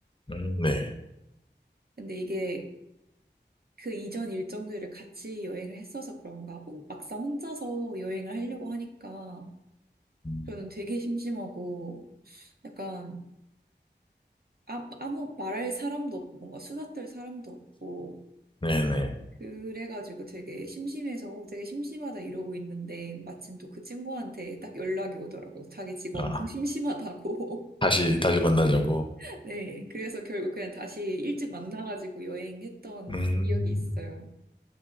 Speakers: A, on the left (about 25°); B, on the right (about 55°).
A: 음, 네.
B: 근데 이게 그 이전 일정들을 같이 여행을 했어서 그런가 혼- 막상 혼자서 여행을 하려고 하니까
A: 음,
B: 저는 되게 심심하고 약간 아, 아무 말할 사람도 없고 뭔가 수다 떨 사람도 없고
A: 네네.
B: 그래가지고 되게 심심해서 어, 되게 심심하다 이러고 있는데 마침 또 그 친구한테 딱 연락이 오더라고요. 자기 지금
A: 아,
B: 엄청 심심하다고.
A: 다시, 다시 만나자고.
B: <laughs> 네, 그래서 결국 그냥 다시 일찍 만나가지고 여행했던
A: 음,
B: 기억이 있어요.